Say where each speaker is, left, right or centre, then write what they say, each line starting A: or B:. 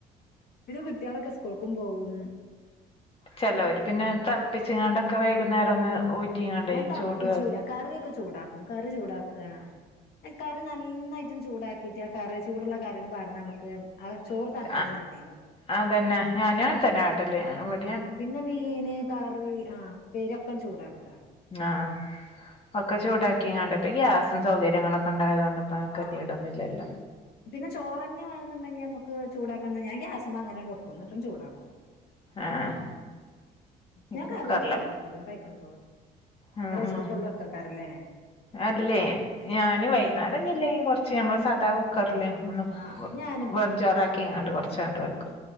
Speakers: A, on the left; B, on the left.
A: പിന്നെ കുട്ട്യാളൊക്കെ സ്കൾക്കും പോവും
B: ചിലർ പിന്നെ തിളപ്പിച്ച് ഇങ്ങാണ്ടൊക്കെ വൈകുന്നേരം ഒന്ന് ഊറ്റിങ്ങാണ്ടേ
A: ഞാൻ തിളപ്പിച്ചൂല
B: ചൂട്
A: കറിയൊക്കെ ചൂടാക്കും കറി ചൂടാക്ക ക റി നന്നായിട്ടൊന്ന് ചൂടാക്കിട്ട് ആ കറി ചൂടുള്ള കറിന്ന് പറഞ്ഞ നമുക്ക് ആ ചോറ് തണുത്തതന്നെ
B: ആഹ്
A: അറിയില്ല
B: അതന്നെ ഞാനും അതന്നെ കാട്ടാല് ഇവി
A: പിന്നെ മീന് കറി ആഹ് പെരോക്കം ചൂടാക്ക
B: ആഹ് ഒക്കെ ചൂടാക്കിങ്ങാണ്ട് പ്പ ഗ്യാസും സൗകര്യങ്ങളൊക്കെ ഉണ്ടായതൊണ്ട് <unintelligible>
A: ആ പിന്നെ ചോറന്നെവേണോന്നുണ്ടെങ്കിൽ നമുക്ക് ചൂടാക്കണ ഞാൻ ഗ്യാസമെ അങ്ങനന്നെ വെക്കും എന്നിട്ടു ചൂടാക്കും
B: ആഹ്
A: ഞാൻ
B: കുക്കറില്
A: കറി തന്നെ ചൂടാക്കല്ല <unintelligible>
B: ഉം
A: റൈസ്
B: ഉം
A: കുക്കറില്ക്ക്‌ വെക്കാറില്ലേ
B: അല്ലേ ഞാന് വൈകുന്നേരല്ലെങ്കി കൊറച്ച് നമ്മ സദാ കു ക്കറില്ല് ഒന്ന്
A: ആ ഞാനും വെക്കും
B: വെറും ചോറാക്കി ഇങ്ങാണ്ട് കുറച്ചണ്ട് വെക്കും